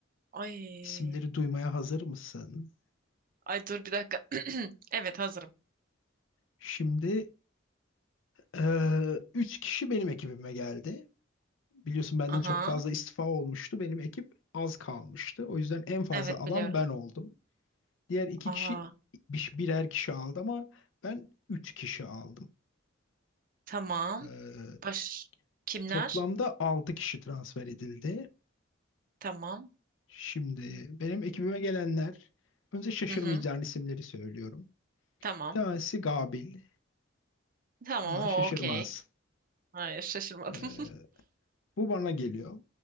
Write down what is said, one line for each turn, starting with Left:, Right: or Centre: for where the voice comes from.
Right: Ay
Left: İsimleri duymaya hazır mısın?
Right: ay dur bir dakika. <clears throat> Evet hazırım.
Left: Şimdi eee, üç kişi benim ekibime geldi. Biliyorsun benden
Right: Aha
Left: çok fazla istifa olmuştu. Benim ekip az kalmıştı. O yüzden en fazla
Right: evet
Left: alan
Right: biliyorum.
Left: ben oldum. Diğer iki
Right: Aa
Left: kişi bir- birer kişi aldı ama ben üç kişi aldım.
Right: tamam.
Left: Ee,
Right: Baş kimler?
Left: toplamda altı kişi transfer edildi.
Right: Tamam.
Left: Şimdi benim ekibime gelenler önce şaşırmayacağın
Right: Hı hı.
Left: isimleri söylüyorum.
Right: Tamam.
Left: Bir tanesi Gabil.
Right: Tamam
Left: Ona
Right: o
Left: şaşırmaz.
Right: okey. Hayır şaşırmadım.
Left: Ee, bu bana geliyor.